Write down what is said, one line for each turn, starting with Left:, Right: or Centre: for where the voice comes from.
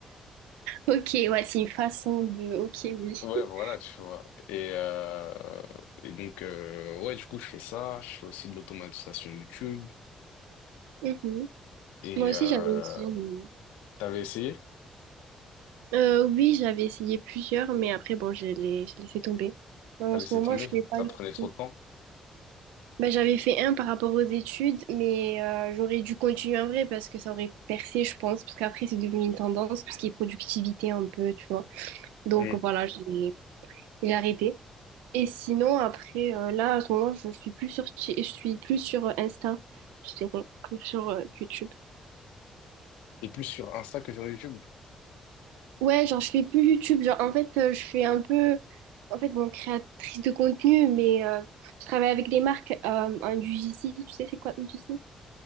Right: Ok, ouais, c'est une façon de... Ok, oui.
Left: Ouais,
Right: <laughs>
Left: voilà, tu vois. Et, euh, et donc, euh, ouais, du coup, je fais ça. Je fais aussi de l'automatisation YouTube.
Right: Mhm.
Left: Et
Right: Moi aussi,
Left: euh,
Right: j'avais une chaîne.
Left: t'avais essayé?
Right: Euh, oui, j'avais essayé plusieurs, mais après, bon, je les, je laissé tomber. En
Left: T'as laissé
Right: ce moment,
Left: tomber?
Right: je fais pas
Left: Ça
Right: YouTube.
Left: prenait trop de temps?
Right: Bah, j'avais fait un par rapport aux études, mais euh, j'aurais dû continuer en vrai parce que ça aurait percé, je pense, parce qu'après, c'est devenu une tendance, tout ce qui est productivité un peu, tu vois. Donc
Left: Mm.
Right: voilà, j'ai j'ai arrêté. Et sinon, après, euh, là, en ce moment, je suis plus sur, Ti- je suis plus sur Insta, je dirais, que sur euh, YouTube.
Left: Et plus sur Insta que sur YouTube?
Right: Ouais, genre je fais plus YouTube, genre en fait euh, je fais un peu, en fait bon, créatrice de contenu, mais euh, je travaille avec des marques, euh, un UGC, tu sais c'est quoi UGC?